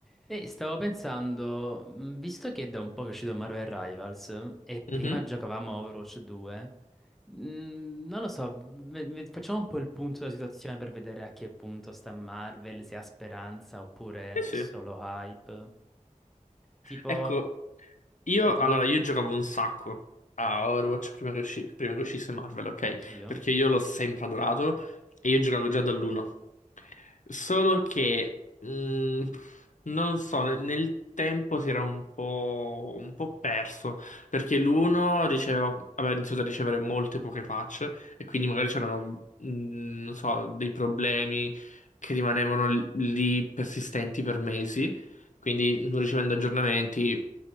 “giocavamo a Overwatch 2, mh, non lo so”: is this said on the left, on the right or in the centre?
Centre